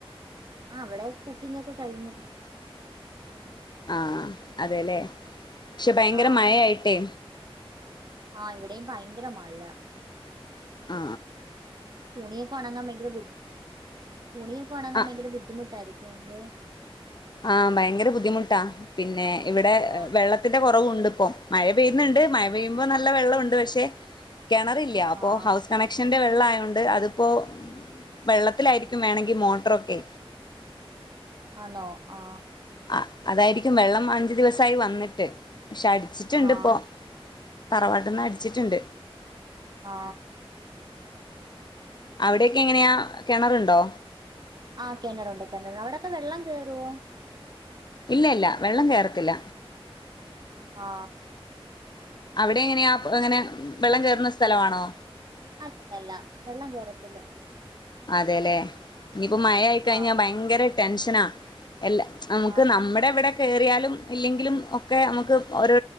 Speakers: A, on the right (about 45°); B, on the left (about 45°).
A: ആ അവിടെ കുക്കിംഗ് ഒക്കെ കഴിഞ്ഞു
B: ആ അതെല്ലേ പക്ഷെ ഭയങ്കര
A: ആഹ്
B: മഴയായിട്ടേ
A: ആഹ് ഇവിടെയും ഭയങ്കര മഴ
B: ആ
A: തുണിയൊക്കൊണെങ്കാൻ ഭയങ്കര തുണിയൊക്കെ ഒണങ്ങാൻ
B: ആ
A: ഭയങ്കര ബുദ്ധിമുട്ടായിരുന്നു അല്ലേ
B: ആഹ് ഭയങ്കര ബുദ്ധിമുട്ടാ പിന്നെ ഇവിടെ
A: ആഹ്
B: വെള്ളത്തിന്റെ കൊറവുണ്ട് മഴ പെയ്യുന്നുണ്ട് മഴ പെയ്യുമ്പോ നല്ല വെള്ളമുണ്ട് പക്ഷെ കെണറില്ല അപ്പോ
A: ആഹ്
B: ഹൗസ് കണക്ഷൻ ക്ഷന്റെ വെള്ളം ആയോണ്ട് അതിപ്പോൊ വെള്ളത്തിലായിരിക്കും വേണമെങ്കിൽ മോട്ടറൊക്കെ
A: ആണോ ആ
B: ആ അതായിരിക്കും വെള്ളം അഞ്ചു ദിവസായി വന്നിട്ട് പക്ഷെ അടിച്ചിട്ടുണ്ട്
A: ആഹ്
B: ഇപ്പൊ തറവാട്ടിന്ന് അടിച്ചിട്ടുണ്ട്
A: ആ
B: അവിടെയൊക്കെ എങ്ങനെയാ കെണറുണ്ടോ
A: ആ കെണറുണ്ട് കെണറുണ്ട് അവിടൊക്കെ വെള്ളം കേയറോ
B: ഇല്ല ഇല്ല വെള്ളം കേറത്തില്ല
A: ആ
B: അവിടെ എങ്ങനെയാ എങ്ങനെ വെള്ളം കെയറുന്ന സ്ഥലമാണോ
A: അല്ല അല്ല വെള്ളം കേയറത്തില്ല
B: അതെല്ലെ ഇനിയിപ്പോ മഴ ആയിക്കഴിഞ്ഞാ
A: ആഹ്
B: ഭയങ്കര ടെൻഷനാ അല്ല നമുക്ക്
A: ആഹ്
B: നമ്മുടെ ഇവിടെ കയറിയാലും ഇല്ലെങ്കിലും ഒക്കെ നമുക്ക് ഓരോ